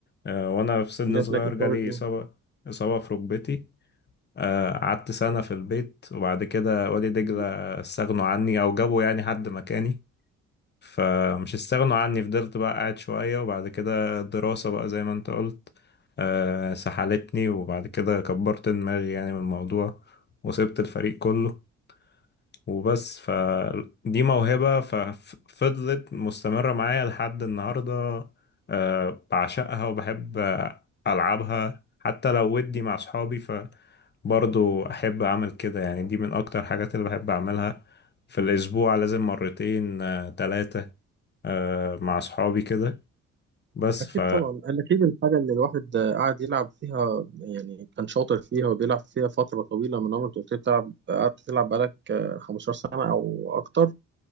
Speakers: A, on the left; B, on the right.
A: آه وانا في سن
B: جات
A: صغير
B: لك اصابه
A: جالي
B: ايه
A: إصابة إصابة في ركبتي آه قعدت سنة في البيت وبعد كده وادي دجلة
B: مم.
A: استغنوا عني او جابوا يعني حد مكاني فمش استغنوا عني فضلت بقى قاعد شوية وبعد كده الدراسة بقى زي ما انت قلت آه، سحلتني وبعد كده كبرت دماغي يعني من الموضوع وسبت الفريق كله وبس فدي موهبة ففضلت مستمرة معايا لحد النهاردة آه، بعشقها وبحب آه، ألعبها حتى لو ودي مع صحابي فبرضو أحب أعمل كده يعني دي من أكتر حاجات اللي بحب أعملها في الأسبوع لازم مرتين ثلاثة آه مع أصحابي كده بس
B: اكيد
A: ف
B: طبعا أنا اكيد الحاجه اللي الواحد قعد يلعب فيها يعني كان شاطر فيها وبيلعب فيها فتره طويله من عمرك كنت بتلعب قعدت تلعب بقالك آه، 15 سنه او اكتر